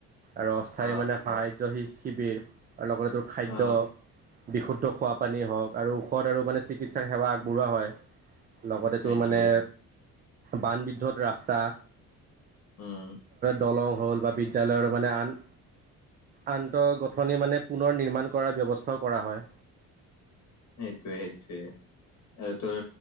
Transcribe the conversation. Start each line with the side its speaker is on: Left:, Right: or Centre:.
Right: আৰু অস্থায়ী
Left: অ
Right: মানে সাহাৰ্য্য শিবিৰ আৰু লগতে তোৰ খাদ্য,
Left: অ
Right: বিশুদ্ধ খোৱা পানী হওঁক আৰু ঔষধ আৰু মানে চি চিকিৎসাৰ সেৱা আগবঢ়োৱা হয়। লগতে তোৰ
Left: সেইটোৱে
Right: মানে বানবিদ্ধত ৰাস্তা
Left: উম।
Right: দলং হ'ল বা বিদ্যালয়ৰ মানে আন আন্তগাথ গাথনি মানে পুনৰ নিৰ্মাণ কৰাৰ ব্যৱস্থাও কৰা হয়।
Left: সেইটোৱে সেইটোৱে। আৰু তোৰ